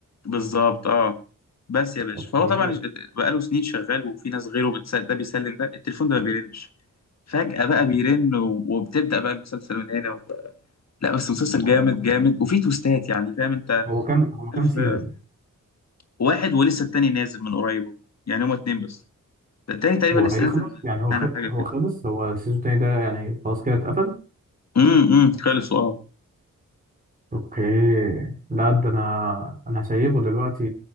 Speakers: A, on the left; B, on the right.
A: بالظبط اه بس يا باشا
B: اوكي
A: فهو طبعا بقاله سنين شغال وفي ناس غيره بتسل... ده بيسلم ده التليفون ده ما بيرنش فجأة بقى بيرن و- وبتبدأ بقى المسلسل من هنا لا بس مسلسل
B: اه
A: جامد جامد وفيه تويستات يعني فاهم انت
B: هو كام هو كام
A: عارف
B: سيزون
A: آه، واحد ولسه التاني نازل من قريب اهو. يعني هما اتنين بس ده التاني تقريبا
B: وهيخلص
A: لسه نازل
B: يعني هو
A: انا
B: خ...
A: حاجه
B: هو
A: كده
B: خلص هو السيزون التاني ده يعني خلاص كده اتقفل
A: امم خلصوا اه
B: اوكي لا ده انا انا هسيبه دلوقتي